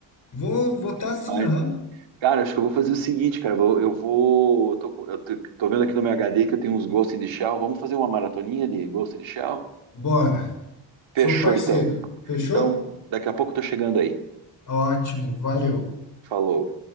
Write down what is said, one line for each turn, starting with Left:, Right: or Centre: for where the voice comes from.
Left: Vou votar sim,
Right: Vai.
Left: aham.
Right: Cara, acho que eu vou fazer o seguinte, cara. Eu vou. Eu vou- eu tô, com- eu tô- tô vendo aqui no meu HD que eu tenho uns Ghost in the Shell. Vamos fazer uma maratoninha de Ghost in the Shell?
Left: Bora.
Right: Fechou,
Left: Sou parceiro.
Right: então.
Left: Fechou?
Right: Então, daqui a pouco eu tô chegando aí.
Left: Ótimo, valeu.
Right: Falou.